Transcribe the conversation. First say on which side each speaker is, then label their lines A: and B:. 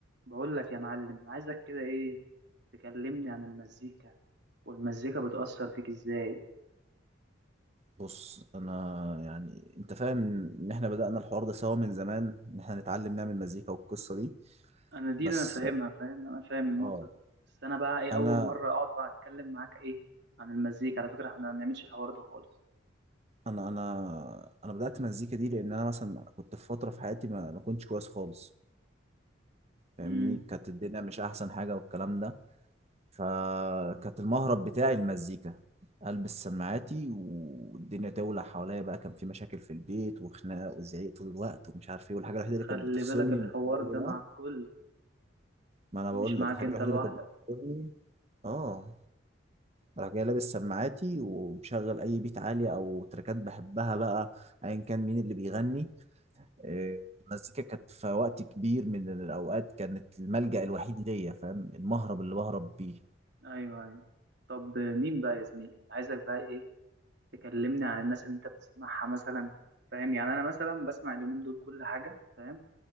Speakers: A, on the right; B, on the right.
A: بقول لك يا معلم عايزك كده ايه تكلمني عن المزيكا والمزيكا بتأثر فيك ازاي
B: بص انا يعني انت فاهم ان احنا بدأنا الحوار ده سوا من زمان ان احنا نتعلم نعمل مزيكا والقصة دي
A: انا دي
B: بس
A: انا فاهمها فاهم انا فاهم النقطة
B: اه
A: دي بس انا بقى ايه
B: انا
A: اول مرة اقعد بقى اتكلم معاك ايه عن المزيكا على فكرة احنا ما بنعملش الحوار ده خالص
B: انا انا انا بدأت مزيكا دي لان انا مثلا كنت في فترة في حياتي ما ما كنتش كويس خالص فاهمني
A: امم
B: كانت الدنيا مش احسن حاجة والكلام ده فكانت المهرب بتاعي المزيكا البس سماعاتي والدنيا تولع حواليا بقى كان في مشاكل في البيت وخناقه وزعيق طول الوقت ومش عارف ايه والحاجه الوحيده اللي
A: خلي
B: كانت بتفصلني
A: بالك الحوار
B: من الجو
A: ده
B: ده
A: مع الكل
B: ما انا
A: مش
B: بقول
A: معاك
B: لك الحاجه
A: انت
B: الوحيده
A: لوحدك
B: اللي كانت بتضربني اه راح جاي لابس سماعاتي ومشغل اي بيت عالي او تراكات بحبها بقى ايا كان مين اللي بيغني آه، المزيكا كانت في وقت كبير من الاوقات كانت الملجأ الوحيد ليا فاهم المهرب اللي بهرب بيه
A: ايوه ايوه طب مين بقى يا زميلي عايزك بقى ايه تكلمني عن الناس اللي انت بتسمعها مثلا فاهم يعني انا مثلا بسمع اليومين دول كل حاجة فاهم